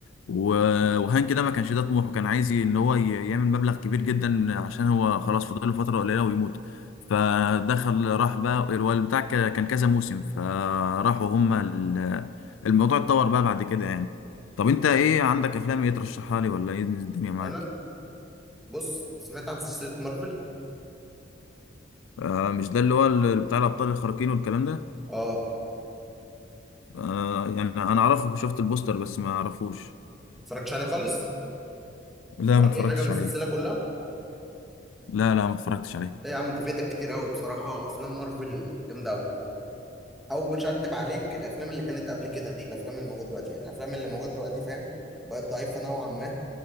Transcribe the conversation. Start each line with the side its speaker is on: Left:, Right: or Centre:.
Left: و- وهان كده ما كانش ده طموحه كان عايز ي- ان هو ي- يعمل مبلغ كبير جدا عشان هو خلاص فاضل له فترة قليلة ويموت فدخل راح بقى الواد بتاع ك- كان كذا موسم فراحوا هما ال- الموضوع اتطور بقى بعد كده يعني طب انت ايه عندك افلام ايه ترشحها لي ولا ايه الدنيا معاك
Centre: انا بص سمعت عن سلسلة مارفل؟
Left: آه مش ده اللي هو ال- بتاع الابطال الخارقين والكلام ده
Centre: اه ما
Left: آه يعني انا اعرفه شفت البوستر بس ما اعرفوش
Centre: اتفرجتش عليها خالص
Left: لا
Centre: ولا
Left: ما اتفرجتش
Centre: أي حاجة من السلسلة
Left: عليه
Centre: كلها؟
Left: لا لا ما اتفرجتش عليه
Centre: لا يا عم أنت فايتك كتير أوي بصراحة أفلام مارفل جامدة أوي أو مش هكدب عليك الأفلام اللي كانت قبل كده مش الأفلام اللي موجودة دلوقتي يعني الأفلام اللي موجودة دلوقتي فاهم بقت ضعيفة نوعا ما